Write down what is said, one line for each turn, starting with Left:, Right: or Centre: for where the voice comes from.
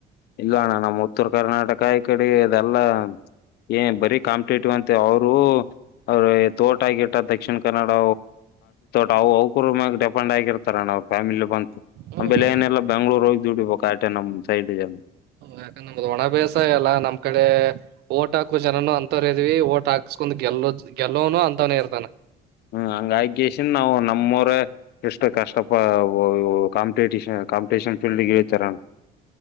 Left: ಇಲ್ಲ ಅಣ್ಣ ನಮ್ಮ ಉತ್ತರ ಕರ್ನಾಟಕ ಕಾಯಿ ಕಡೆ ಅದೆಲ್ಲ ಏ ಬರಿ <unintelligible> ಕಾಂಪ್ಲೀಟಿವ್ ಅಂತ ಅವರು ಅವ್ರ ತೋಟ ಗಿಟ ದಕ್ಷಿಣ ಕನ್ನಡ ತಾವುಕರ ಮ <unintelligible> ಪೊಂಡ್ ಆಗಿರ್ತಾರಣ ಪಾಮಿಲಿ ಬಂತು
Right: ಹ್ಮ್
Left: ಆಮೇಲೆ ಏನೆಲ್ಲ ಬೆಂಗಳೂರು ಹೋಗಿದುಡಿಬೇಕ. ಆಟೆನಮ್ಮ ಸೈಡ್ ಜ
Right: ಯಾಕಂದ ನಮ್ದ್ ಒಣ ಬೇಸಾಯಲ್ಲ. ನಮ್ ಕಡೆ ಓಟ್ ಹಾಕೋ ಜನನು ಅಂತವರೆಇದೀವಿ ಓಟ್ ಹಾಕ್ಸ್ಕೊಂಡ್ ಗೆಲ್ಲೋ ಗೆಲ್ಲೋನು ಅಂತವನೇ ಇರ್ತಾನ.
Left: ಹ್ಮ್, ಹಂಗ ಆಗಿಗೆಸಿಂದ. ನಾವು ನಮ್ಮವರ ಎಷ್ಟು ಕಷ್ಟ ಪ ಕಾಂಪಿಟಷನ್, ಕಾಂಪಿಟಷನ್ ಫೀಲ್ಡ್ ಹಚಾರಣ್ಣ.